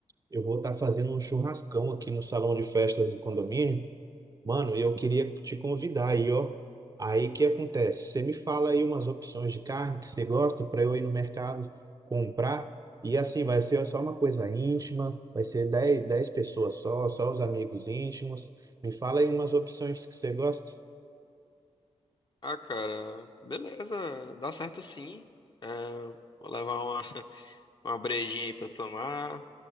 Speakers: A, on the right (about 30°); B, on the left (about 35°).
A: eu vou estar fazendo um churrascão aqui no salão de festas do condomínio. Mano, eu queria te convidar aí, ó. Aí o que acontece? Você me fala aí umas opções de carne que você gosta para eu ir no mercado comprar. E assim, vai ser só uma coisa íntima, vai ser dez dez pessoas só, só os amigos íntimos. Me fala aí umas opções que você gosta.
B: Ah, cara, beleza, dá certo sim. É, vou levar uma, <laughs> uma brejinha aí pra tomar.